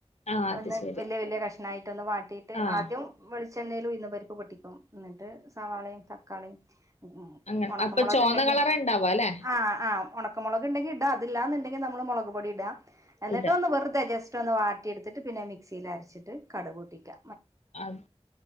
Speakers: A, on the left (about 85°); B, on the right (about 30°).
A: ആഹ് അത്
B: ഒന്ന്
A: ശരി
B: വല്യ വല്യ കഷ്ണമായിട്ടൊന്ന് വാട്ടീട്ട്
A: ആഹ്
B: ആദ്യം വെളിച്ചെണ്ണേല് ഉഴ്ന്ന് പരിപ്പ് പൊട്ടിക്കും എന്നിട്ട് സവാളയും തക്കാളിയും ഉം
A: അങ്ങനെ
B: ഒണക്ക
A: അപ്പൊ
B: മൊളക്
A: ചോന്ന
B: ഇണ്ടങ്കി
A: കളറ് ഇണ്ടാവാ അല്ലെ
B: ആഹ് ആഹ് ഒണക്ക് മൊളക് ഇണ്ടെങ്കി ഇടാ അതില്ലാന്നുണ്ടെങ്കി നമ്മള് മൊളക് പൊടി ഇടാ എന്നിട്ട്
A: ഇട
B: ഒന്ന് വെറ്തെ ജസ് റ്റൊന്ന് വാട്ടി എടുത്തിട്ട് പിന്നെ മിക്സിയിൽ അരച്ചിട്ട് കട പൂട്ടിക്കാ
A: അത്